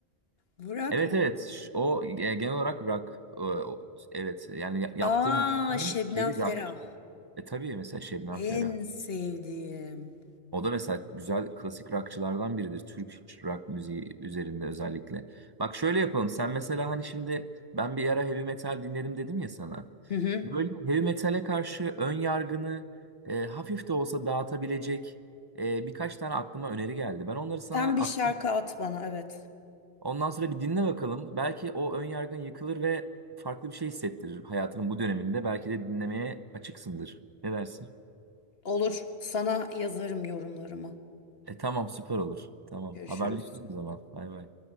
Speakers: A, on the left; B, on the right.
A: bırak
B: Evet
A: mı?
B: evet. Ş- O e, genel olarak rock. E, o- evet yani ya- yaptığım
A: Aa
B: şeyin
A: Şebnem
B: şeyi rock.
A: Ferah.
B: E tabii mesela Şebnem Ferah.
A: En sevdiğim.
B: O da mesela güzel klasik rockçılardan biridir. Türk rock müziği üzerinde özellikle. Bak şöyle yapalım. Sen mesela hani şimdi ben bir ara heavy metal dinledim dedim ya sana.
A: Hı hı.
B: Böyle heavy metale karşı ön yargını e, hafif de olsa dağıtabilecek e, birkaç tane aklıma öneri geldi. Ben onları sana
A: Sen
B: atayım.
A: bir şarkı at bana evet.
B: Ondan sonra bir dinle bakalım. Belki o ön yargın yıkılır ve farklı bir şey hissettirir hayatının bu döneminde. Belki de dinlemeye açıksındır. Ne dersin?
A: Olur. Sana yazarım yorumlarımı.
B: E tamam süper olur. Tamam.
A: Görüşürüz.
B: Haberleşiriz o zaman. Bay bay.